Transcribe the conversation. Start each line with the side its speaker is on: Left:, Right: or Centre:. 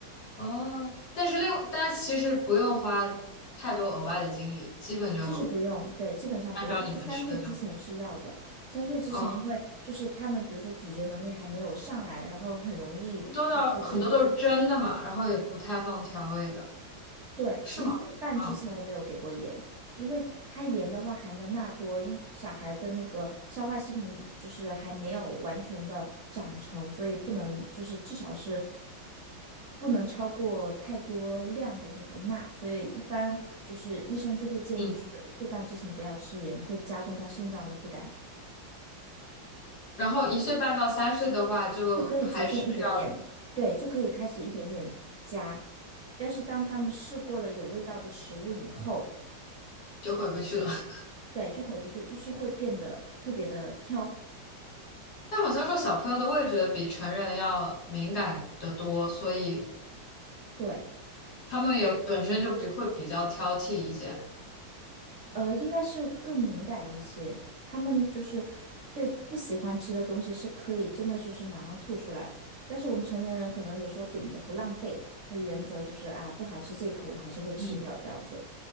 Left: 哦，但是另，但其实不用花太多额外的精力，基本就
Right: 其实不用，对，基本上不用，
Left: 按照你们吃的就可以
Right: 但是三岁之前是要的。三岁之前，
Left: 哦，
Right: 因为就是他们，比如说咀嚼能力还没有上来，然后很容易就是
Left: 都要很多都是蒸的嘛，然后也不太放调味的，
Right: 对，
Left: 是吗？
Right: 一岁半之前我没有给过盐，
Left: 嗯
Right: 因为它盐的话含的钠多，因为小孩的那个消化系统就是还没有完全的长成，所以不能就是至少是不能超过太多量的那个钠，所以一般就是医生就会建议说一岁半之前不要吃盐，
Left: 嗯。
Right: 会加重他肾脏的负担。
Left: 然后一岁半到三岁的话，就还是要
Right: 就是可以逐渐一点点，对，就可以开始一点点加。但是当他们试过了有味道的食物以后，
Left: 就回不去了。<laughs>
Right: 对，就回不去，就是会变得特别的挑。
Left: 但好像说小朋友的味觉比成人要敏感得多，所以
Right: 对，
Left: 他们也本身就比会比较挑剔一些。
Right: 呃，应该是更敏感一些。他们就是对不喜欢吃的东西是可以真的就是马上吐出来，但是我们成年人可能有时候秉着不浪费的原则，就是啊，不好吃这一口我还是会吃掉这样子，
Left: 嗯。